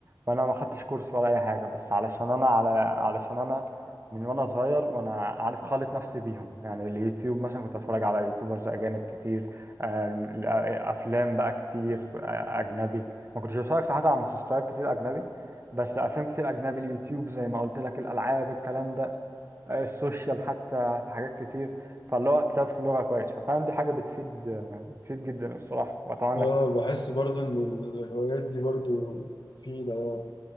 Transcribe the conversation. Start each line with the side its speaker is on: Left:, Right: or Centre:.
Right: وأنا ما خدتش كورس ولا أي حاجة بس علشان أنا على علشان أنا من وأنا صغير وأنا عارف خالط نفسي بيهم يعني اليوتيوب مثلا كنت أتفرج على يوتيوبرز أجانب كتير آم، ال- آه، أفلام بقى كتير آه، أجنبي ما كنتش بتفرج صراحة على مسلسلات كتير أجنبي بس أفلام كتير أجنبي اليوتيوب زي ما قلت لك الألعاب الكلام ده آه، السوشيال حتى في حاجات كتير فاللي هو طلعت في اللغة كويس ففعلا دي حاجة بتفيد بتفيد جدا الصراحة وأتمنى
Left: اه
Right: إنك
Left: بحس برضو ان الهوايات دي برضو مفيدة يعني